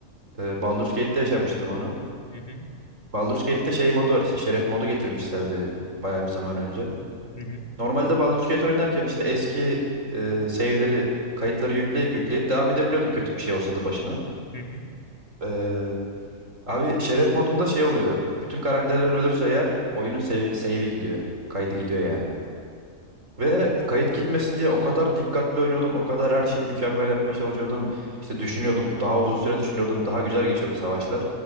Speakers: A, on the right; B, on the left.
A: E, Baldur's Gate'te yaşamıştım onu.
B: Hı hı,
A: Baldur's Gate'te şey modu var işte şeref modu getirmişlerdi bayağı bir zaman önce.
B: hı hı,
A: Normalde Baldur's Gate oynarken işte eski e, save'leri kayıtları yükleyip yükleyip devam edebiliyordun kötü bir şey olsa da başına.
B: hı hı,
A: Ee, Abi şeref modunda şey oluyor. Bütün karakterlerin ölürse eğer oyunun save- save'i gidiyor. Kaydı gidiyor yani. Ve kayıt gitmesin diye o kadar dikkatli oynuyordum. O kadar her şeyi mükemmel yapmaya çalışıyordum. İşte düşünüyordum. Daha uzun süre düşünüyordum. Daha güzel geçiyordu savaşlar.